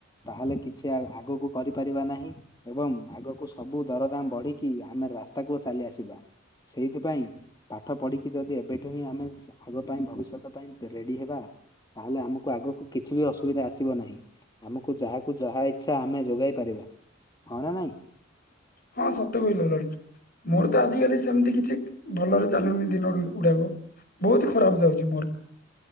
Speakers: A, on the left (about 20°); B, on the left (about 45°).
A: ତାହେଲେ କିଛି ଆ ଆଗକୁ କରିପାରିବା ନାହିଁ ଏବଂ ଆଗକୁ ସବୁ ଦରଦାମ ବଢିକି ଆମେ ରାସ୍ତାକୁ ଚାଲି ଆସିବା। ସେଇଥିପାଇଁ ପାଠ ପଢିକି ଯଦି ଏବେଠୁ ହିଁ ଆମେ ଆଗ ପାଇଁ ଭବିଷ୍ୟତ ପାଇଁ ରେଡି ହେବା ତାହେଲେ ଆମକୁ ଆଗକୁ କିଛି ବି ଅସୁବିଧା ଆସିବ ନାହିଁ ଆମକୁ ଯାହାକୁ ଯାହା ଇଛା ଆମେ ଯୋଗାଇ ପାରିବା। ହଁ ନା ନାଇଁ?
B: ହଁ ସତେ କହିଲ ଲଳିତ। ମୋର ତ ଆଜିକାଲି ସେମିତି କିଛି ଭଲରେ ଚାଲୁନି ଦିନ ଗୁଡାକ। ବହୁତ ଖରାପ ଯାଉଛି ମୋର।